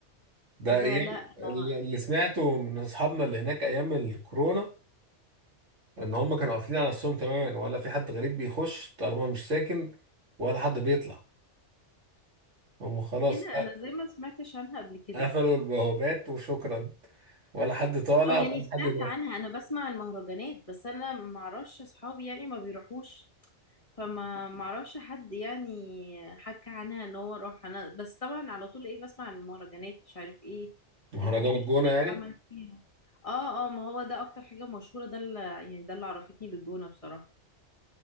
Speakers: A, on the right; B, on the left.
A: ده
B: ايه
A: أيام
B: ده لا أنا-
A: اللي اللي سمعته من أصحابنا اللي هناك أيام الكورونا إن هم كانوا قافلين على نفسهم تماما ولا في حد غريب بيخش طالما مش ساكن ولا حد بيطلع هم خلاص
B: ايه ده
A: ق-
B: انا زي ما سمعتش عنها قبل كده
A: قفلوا البوابات وشكرا ولا حد طالع
B: او يعني
A: ولا
B: سمعت
A: حد داخل
B: عنها انا بسمع المهرجانات بس انا ما اعرفش اصحابي يعني ما بيروحوش فما ما اعرفش حد يعني حكى عنها ان هو راح انا بس طبعا على طول ايه بسمع عن المهرجانات مش عارف ايه
A: مهرجان
B: الحاجات
A: الجونة
B: الكتير اللي
A: يعني
B: بعمل فيها اه اه ما هو ده اكتر حاجة مشهورة ده اللي يعني ده اللي عرفتني بالجونة بصراحة